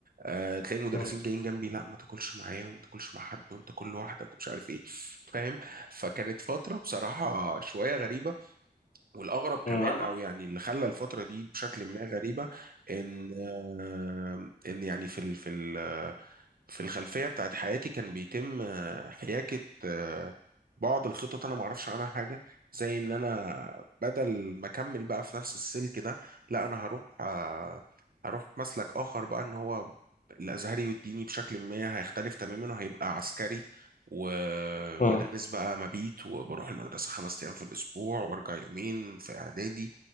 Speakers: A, on the right; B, on the left.
A: آه، تلاقي المدرسين
B: مم.
A: جايين جنبي لا ما تاكلش معايا وما تاكلش مع حد وانت كل لوحدك ومش عارف ايه فاهم فكانت فترة بصراحة شوية غريبة والأغرب كمان
B: مم.
A: أو يعني اللي خلى الفترة دي بشكل ما غريبة إن آه، إن يعني في ال في ال في الخلفية بتاعت حياتي كان بيتم آه، حياكة آه، بعض الخطط أنا معرفش عنها حاجة زي إن أنا بدل ما أكمل بقى في نفس السلك ده لا أنا هروح آه، هروح مسلك آخر بقى إن هو الأزهري والديني بشكل ما هيختلف تماما وهيبقى عسكري ومدارس
B: مم.
A: بقى مبيت وبروح المدرسة خمس أيام في الأسبوع وأرجع يومين في إعدادي